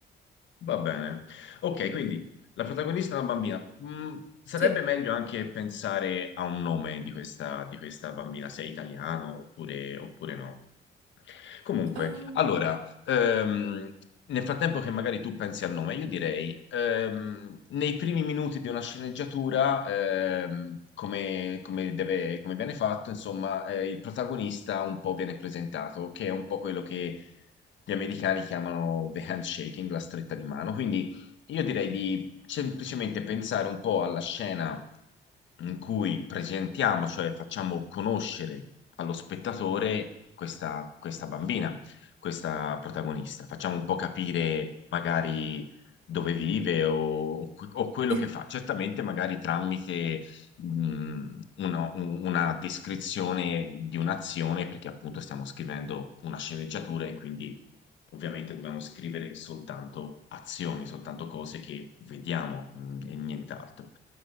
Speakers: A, on the left; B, on the right.
A: va bene. Ok, quindi la protagonista è una bambina. Mm, sarebbe
B: Sì,
A: meglio anche pensare a un nome di questa, di questa bambina, se è italiano oppure, oppure no. Comunque,
B: ehm,
A: allora, ehm, nel frattempo che magari tu pensi al nome, io direi, ehm, nei primi minuti di una sceneggiatura, ehm, come, come deve- come viene fatto, insomma, eh, il protagonista un po' viene presentato, che è un po' quello che gli americani chiamano the handshaking, la stretta di mano. Quindi io direi di semplicemente pensare un po' alla scena in cui presentiamo, cioè facciamo conoscere allo spettatore questa, questa bambina, questa protagonista. Facciamo un po' capire magari dove vive o, o quello
B: il-
A: che fa. Certamente magari tramite mh, una, un- una descrizione di un'azione, perché appunto stiamo scrivendo una sceneggiatura e quindi Ovviamente dobbiamo scrivere soltanto azioni, soltanto cose che vediamo mm, e nient'altro.